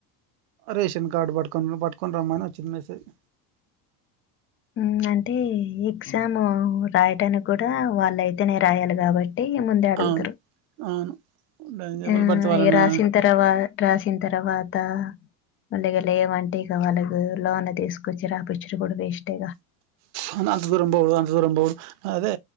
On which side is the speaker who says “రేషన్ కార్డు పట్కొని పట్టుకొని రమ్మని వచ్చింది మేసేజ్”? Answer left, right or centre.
Right